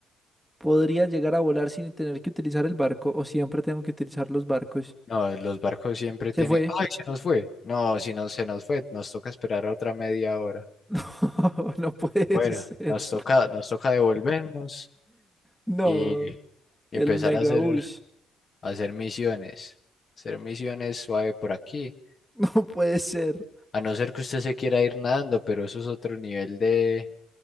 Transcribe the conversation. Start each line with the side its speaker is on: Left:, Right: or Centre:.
Centre: ¿podría llegar a volar sin tener que utilizar el barco? ¿O siempre tengo que utilizar los barcos?
Left: No, los barcos siempre
Centre: Se
Left: tienen.
Centre: fue.
Left: ¡Ay, se nos fue! No, si no se nos fue, nos toca esperar otra media hora.
Centre: <laughs> No no puede
Left: Bueno,
Centre: ser.
Left: nos toca, nos toca devolvernos
Centre: No.
Left: y, y empezar
Centre: El Megabush.
Left: a hacer,
Centre: <laughs>
Left: a hacer misiones. Hacer misiones suave por aquí.
Centre: No puede ser.
Left: A no ser que usted se quiera ir nadando, pero eso es otro nivel de